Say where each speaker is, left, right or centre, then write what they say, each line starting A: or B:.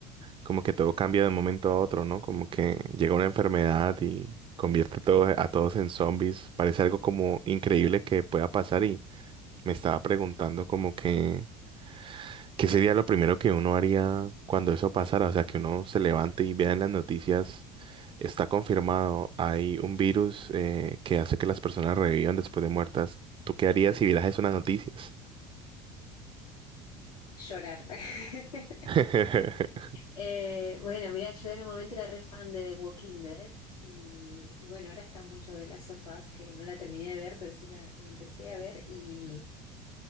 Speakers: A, on the right (about 25°); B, on the left (about 80°).
A: como que todo cambia de un momento a otro, ¿no? Como que llega una enfermedad y convierte todo, a todos en zombies. Parece algo como increíble que pueda pasar y me estaba preguntando como que... ¿Qué sería lo primero que uno haría cuando eso pasara? O sea, que uno se levante y vea en las noticias, está confirmado, hay un virus eh, que hace que las personas revivan después de muertas. ¿Tú qué harías si vieras eso en las noticias?
B: Llorar. <laughs>
A: <laughs>
B: Eh, bueno, mira, yo en un momento era re fan de The Walking Dead y, y bueno, ahora está mucho de las sofás que no la terminé de ver, pero sí la, la empecé a ver y,